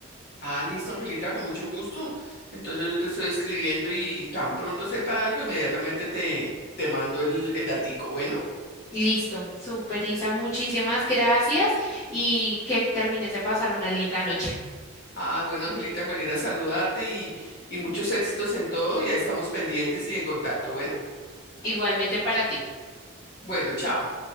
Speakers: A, on the left; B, on the left.
A: Ah, listo, Angelita, con mucho gusto. Entonces yo te estoy escribiendo y tan pronto sepa algo, inmediatamente te, te mando el, el datico, ¿bueno?
B: Listo, super Isa, muchísimas gracias y que termines de pasar una linda noche.
A: Ah, bueno, Angelita, me alegra saludarte y, y muchos éxitos en todo. Ya estamos pendientes y en contacto, ¿bueno?
B: Igualmente para ti.
A: Bueno, chao.